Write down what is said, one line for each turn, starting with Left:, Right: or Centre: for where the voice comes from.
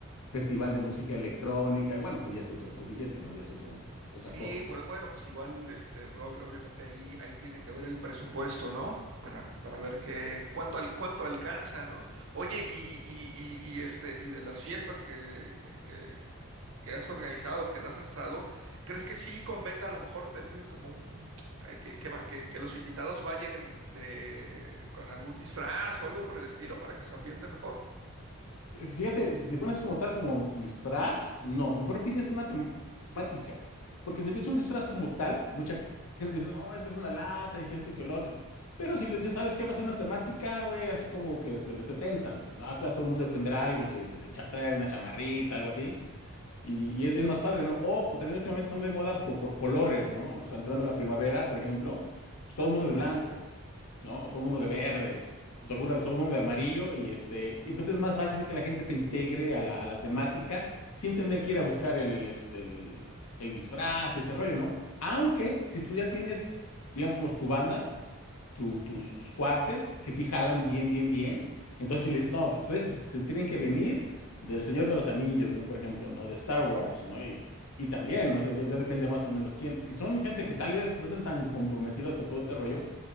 Left: festival de música electrónica. Y bueno, pues ya ese es otro billete, ¿no? Ya es otro,
Right: Sí,
Left: otra cosa.
Right: bueno, bueno, pues igual, este, pues, ob- obviamente ahí, ahí tiene que ver el presupuesto, ¿no? Para, para ver qué, cuánto, al- cuánto alcanza, ¿no? Oye, y, y, y, y- y, este, y de las fiestas que, que, que- que has organizado, que las has estado, ¿crees que sí convenga a lo mejor pedir como un, ay, que, que, va- que, que los invitados vayan de, con algún disfraz o algo por el estilo para que se ambiente mejor?
Left: Fíjate, si si pones como tal, como disfraz, no, mejor pides una temática, porque si pides un disfraz como tal, mucha gente dice, no, es que es una lata y que esto y que el otro, pero si le dices, ¿sabes qué? Va a ser una temática, güey, así como que este, de setentas, güey, ¿no? Ah, claro, todo el mundo tendrá algo que, que se cha- trae una chamarrita, algo así, y, y es, es más padre, ¿no? O, o también últimamente estamos de moda por, por colores, ¿no? O sea, entrando la primavera, por ejemplo, pues todo el mundo de blanco. ¿no? Todo el mundo de verde, te ocurre todo el mundo de amarillo y este, y entonces es más fácil que la gente se integre a la, a la temática sin tener que ir a buscar el, este, el, el disfraz y ese rollo, ¿no? Aunque si tú ya tienes, digamos, tu banda, tu- tus, tus cuates, que si jalan bien, bien, bien, entonces si les, no, pues ustedes se, se tienen que venir del Señor de los Anillos, ¿no? Por ejemplo, ¿no? De Star Wars, ¿no? Y, y también, ¿no? o sea, ya ya depende más o menos quién. Si son gente que tal vez no estén tan comprometidas con todo este rollo,